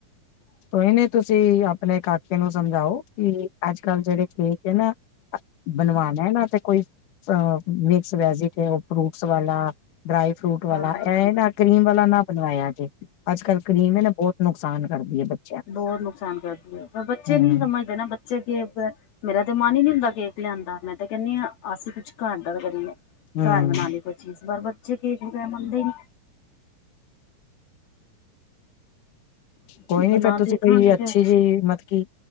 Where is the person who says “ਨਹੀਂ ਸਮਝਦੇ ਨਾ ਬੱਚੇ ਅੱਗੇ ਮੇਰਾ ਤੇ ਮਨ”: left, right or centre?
Left